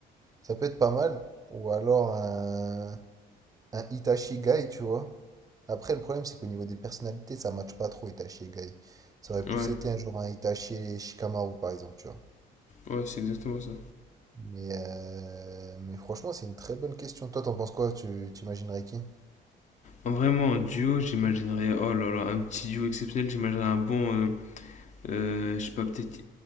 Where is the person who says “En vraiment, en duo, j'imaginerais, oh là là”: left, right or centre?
Left